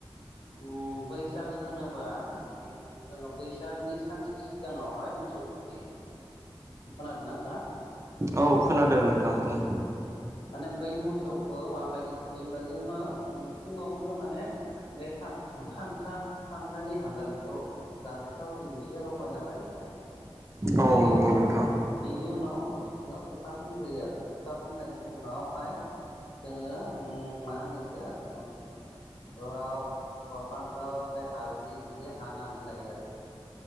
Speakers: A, on the left; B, on the right.
A: ओम बैसागो होनोबा ओम जोङो बैसागोनि सानसे सिगाङावहाय मोसौ फयो खोनादों ना नोंथां।
B: औ खोनादों नोंथां बुं।
A: माने बै मोसौखौ माबायदि थुखैयो होमबा जोङो फुङावनो माने बे खान्था खान्थानि हांगारखौ जानायथाव जों इस एसे लगायना लायोदांनि
B: औ
A: बेनि
B: नंगौ
A: उनाव
B: नोंथां
A: बेनि उनाव मोसौनायाव फथा फुनग्रोयो आरो फथा फोननायनि उनावहाय जोङो मा होनो इखौ लाव बा फान्थाव ओमफ्राय हालद बिदि हानानै लायो आरो